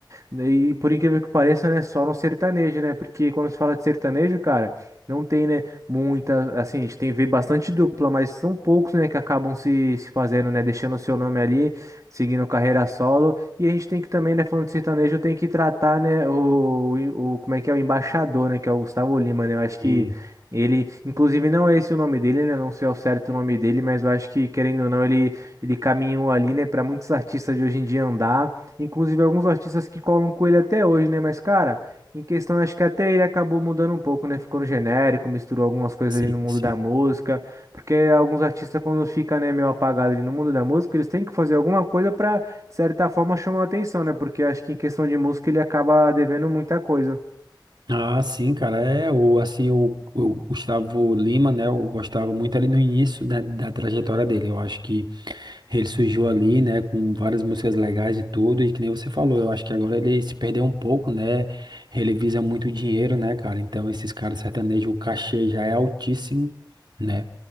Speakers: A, on the right; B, on the right.
A: e por incrível que pareça, né, só no sertanejo, né? Porque quando se fala de sertanejo, cara, não tem, né, muita, assim, a gente tem vê bastante dupla, mas são poucos, né, que acabam se, se fazendo, né, deixando o seu nome ali, seguindo carreira solo. E a gente tem que também, né, falando de sertanejo, tem que tratar, né, o, o como é que é o embaixador, né, que é o Gustavo Lima, né? Eu acho
B: E-
A: que ele, inclusive, não é esse o nome dele, né? Não sei ao certo o nome dele, mas eu acho que, querendo ou não, ele, ele caminhou ali, né, para muitos artistas de hoje em dia andar. Inclusive alguns artistas que colam com ele até hoje, né? Mas, cara, em questão, acho que até ele acabou mudando um pouco, né? Ficou no genérico, misturou algumas coisas
B: Sim,
A: ali no mundo
B: sim.
A: da música. Porque alguns artistas, quando fica, né, meio apagado ali no mundo da música, eles têm que fazer alguma coisa pra, de certa forma, chamar a atenção, né? Porque acho que em questão de música ele acaba devendo muita coisa.
B: Ah, sim, cara, é, o, assim, o, o Gustavo Lima, né, eu gostava muito ali no início da, da trajetória dele, eu acho que ele surgiu ali, né, com várias músicas legais e tudo, e que nem você falou, eu acho que agora ele se perdeu um pouco, né, ele visa muito dinheiro, né, cara, então esses caras sertanejos, o cachê já é altíssimo, né,